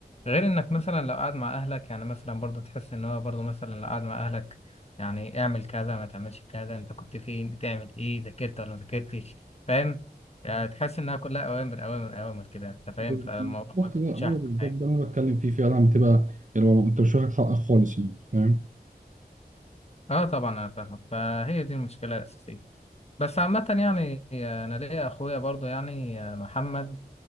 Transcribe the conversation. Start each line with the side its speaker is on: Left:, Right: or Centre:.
Left: غير انك مثلا لو قاعد مع اهلك يعني مثلا برضه تحس ان هو برضه مثلا لو قاعد مع اهلك يعني اعمل كذا ما تعملش كذا انت كنت فين بتعمل ايه ذاكرت ولا ما ذاكرتش فاهم يعني تحس انها كلها اوامر اوامر اوامر كده انت فاهم
Right: بالظبط
Left: فالموضوع ما بيكونش
Right: ده ايوه
Left: احسن
Right: بالظبط
Left: حاجه
Right: ده اللي انا بتكلم فيه فعلا بتبقى الوضع- انت مش واخد حقك خالص يعني فاهم
Left: اه طبعا انا فاهمك فهي دي المشكله الاساسيه بس عامة يعني أنا ليا أخويا برضو يعني محمد